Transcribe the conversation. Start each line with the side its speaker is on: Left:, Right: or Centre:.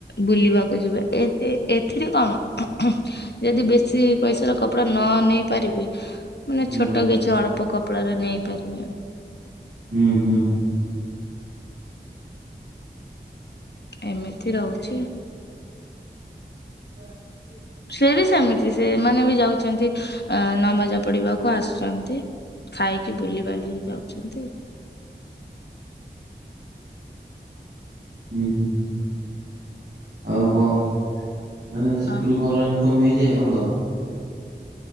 Left: ବୁଲିବାକୁ ଯିବା ଏ ଏ ଏଥିରେ କଣ ହୁଙ୍କ୍ ଖୁ। ଯଦି ବେଶୀ ପଇସାର କପଡା ନ ନେଇ ପାରିବେ। ମାନେ
Right: ହୁଁ
Left: ଛୋଟ କିଛି ଅଳ୍ପ କପଡ଼ାରେ ନେଇ ପାରିବେ।
Right: ଉଁ ହୁଁ।
Left: ଏମିତି ରହୁଛି।
Right: <inaudible>
Left: ସେ ବି ସେମିତି ସେମାନେ ବି ଯାଉଛନ୍ତି ଅ ନମାଜ ପଡିବାକୁ ଆସୁଛନ୍ତି। ଖାଇକି ବୁଲିିବାଲି ହେଇ ଯାଉଛନ୍ତି।
Right: ଉଁ ହୁଁ। ଆଉ କଣ ମାନେ ସେଥିରୁ
Left: ଅ
Right: ଭଲ ଇନକମ ହେଇଯାଏ ଆପଣଙ୍କର?